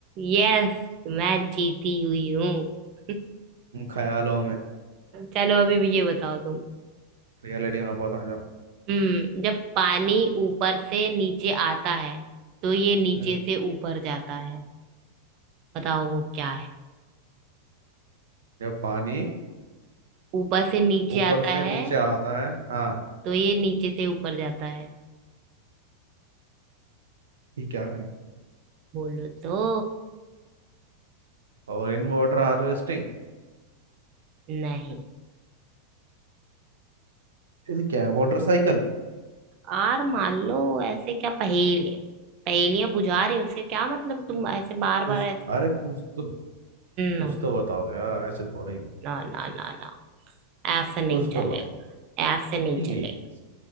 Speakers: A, on the right (about 40°); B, on the right (about 65°).
A: यस मैं जीती हुई हूँ <laughs>
B: तुम ख्यालों में
A: चलो अभी भी ये बताओ तुम
B: रियलिटी में वापस आ जाओ
A: हम्म जब पानी ऊपर से नीचे आता है तो ये नीचे
B: हम्म
A: से ऊपर जाता है बताओ वो क्या
B: जब पानी
A: ऊपर से नीचे
B: ऊपर
A: आता
B: से नीचे
A: है
B: आता है हाँ
A: तो ये नीचे से ऊपर जाता है
B: ये क्या है
A: बोलो तो
B: और इन वाटर हार्वेस्टिंग
A: नहीं
B: फिर क्या है Water cycle
A: यार मान लो ऐसे क्या पहेली पहेलियां बुझा रही हो, उसके क्या मतलब तुम ऐसे बार बार
B: उस
A: ऐसे
B: अरे कुछ तो
A: ना
B: कुछ तो बताओ यार ऐसे थोड़े ही
A: ना ना ना ना ऐसे नहीं
B: कुछ
A: चलेगा
B: तो बताओ
A: ऐसे नहीं
B: प्लीज
A: चलेगा